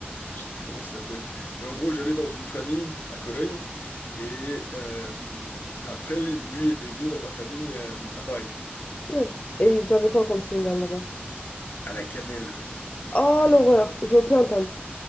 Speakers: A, on the left; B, on the left.
A: Je sais plus comment ça s'appelle. Mais en gros, j'allais dans une famille à Cologne et euh, après, lui était venu dans ma famille euh, à Paris,
B: Ouais. Et ils avaient quoi comme chewing-gum là-bas?
A: à la cannelle.
B: Oh l'horreur, je veux plus entendre.